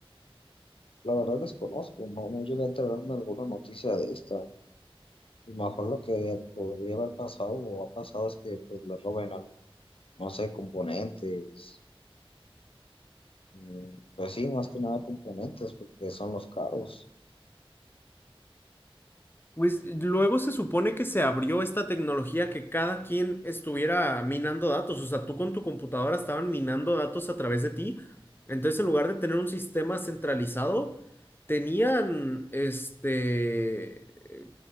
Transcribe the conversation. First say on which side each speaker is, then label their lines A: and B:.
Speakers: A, on the left; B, on the left.
A: La verdad desconozco, no, no llegué a enterarme de alguna noticia de esta. Y mejor lo que podría haber pasado o ha pasado es que pues le roben algo, no sé, componentes. Mm, Pues sí, más que nada componentes, porque son los caros.
B: Pues luego se supone que se abrió esta tecnología que cada quien estuviera minando datos, o sea, tú con tu computadora estaban minando datos a través de ti. Entonces, en lugar de tener un sistema centralizado, tenían, este, eh,